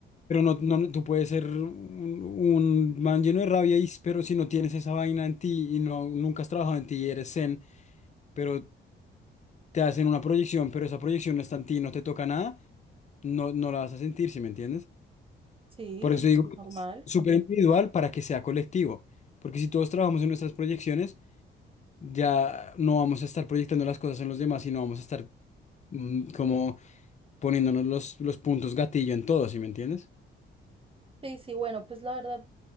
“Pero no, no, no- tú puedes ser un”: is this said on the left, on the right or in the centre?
Left